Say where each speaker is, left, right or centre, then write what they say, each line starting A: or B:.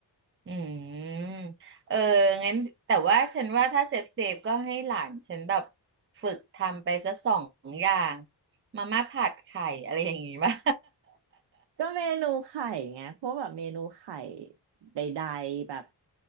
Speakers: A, on the right; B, on the right.
A: อืมเอองั้นแต่ว่าฉันว่าถ้าเซฟเซฟก็ให้หลานฉันแบบฝึกทำไปสักสองอย่าง มาม่าผัดไข่อะไรอย่างงี้ป่ะ
B: ก็เมนูไข่ไงพวกแบบเมนูไข่ใดๆแบบ